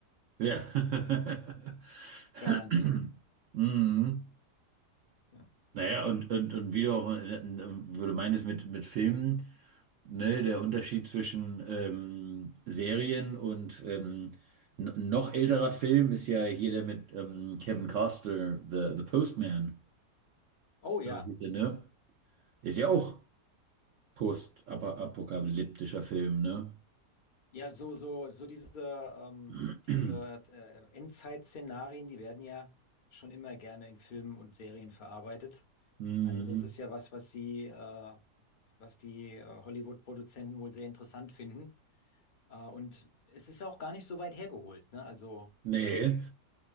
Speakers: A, on the right (about 70°); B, on the left (about 45°).
A: ja. <laughs>
B: Garantiert.
A: <clears throat> Mhm.
B: Ja.
A: Naja, und, und, und wie du auch, äh, wo du meintest mit, mit Filmen, ne, der Unterschied zwischen ähm, Serien und ähm, n- noch älterer Film ist ja hier der mit ähm, Kevin Costner, The, The Postman,
B: Oh ja.
A: glaub hieß der, ne? Ist ja auch postapokalyptischer Film, ne?
B: Ja, so, so, so diese, ähm,
A: <clears throat>
B: diese äh, Endzeit-Szenarien, die werden ja schon immer gerne in Filmen und Serien verarbeitet.
A: Mhm.
B: Also das ist ja was, was sie, äh, was die äh, Hollywood-Produzenten wohl sehr interessant finden. Äh, und es ist auch gar nicht so weit hergeholt, ne? Also
A: Nee.